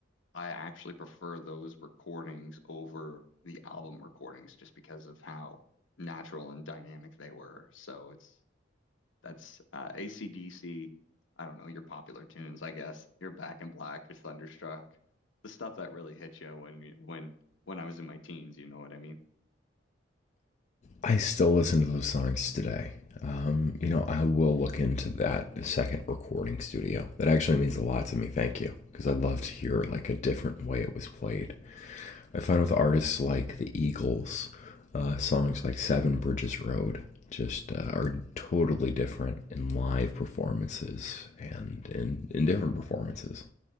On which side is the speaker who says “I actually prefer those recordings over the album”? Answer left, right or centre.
Left